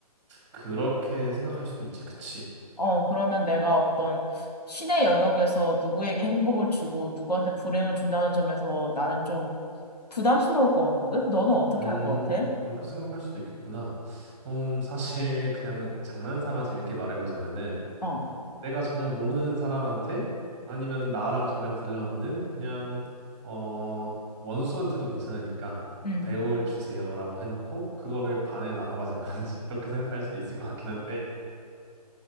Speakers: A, on the right (about 20°); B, on the left (about 75°).
A: 그렇게 생각할 수도 있지, 그치?
B: 어, 그러면 내가 어떤 신의 영역에서 누구에게 행복을 주고 누구한테 불행을 준다는 점에서 나는 좀 부담스러울 것 같거든? 너는 어떻게
A: 음,
B: 할 것 같아?
A: 그렇게 생각할 수도 있겠구나. 음, 사실 그냥 장난삼아 재밌게 말해보자면은
B: 어.
A: 내가 전혀 모르는 사람한테 아니면 나랑 전혀 관련 없는 그냥 어 원수한테도 괜찮으니까
B: 음.
A: 배워을 주세요라고 해놓고 그거를 반을 나눠 가진다든지 <laughs> 이렇게 생각할 수도 있을 것 같긴 한데